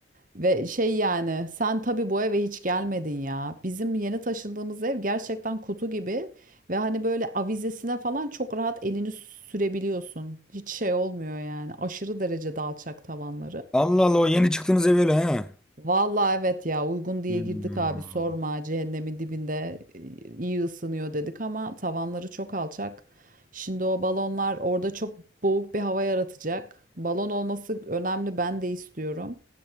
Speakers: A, on the right; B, in the centre.
A: Ve şey yani sen tabii bu eve hiç gelmedin ya. Bizim yeni taşındığımız ev gerçekten kutu gibi ve hani böyle avizesine falan çok rahat elini sürebiliyorsun. Hiç şey olmuyor yani. Aşırı derecede alçak tavanları.
B: Allah Allah o yeni çıktığınız ev öyle ha.
A: Vallahi evet ya uygun diye
B: Hmm,
A: girdik abi sorma cehennemin dibinde e, iyi ısınıyor dedik ama tavanları çok alçak. Şimdi o balonlar orada çok boğuk bir hava yaratacak. Balon olması önemli ben de istiyorum.